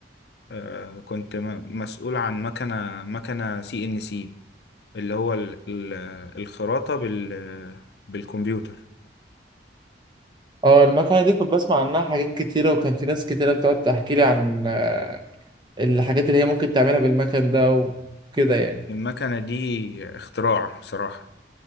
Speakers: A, on the left (about 65°); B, on the right (about 25°).
A: آه كنت م- مسؤول عن مكنة مكنة سي ان سي اللي هو ال- ال- الخراطة بال بالكمبيوتر
B: اه المكنة دي كنت بسمع عنها حاجات كتيرة وكان في ناس كتيرة بتقعد تحكي لي عن آه الحاجات اللي هي ممكن تعملها بالمكن ده وكده يعني
A: المكنة دي اختراع صراحة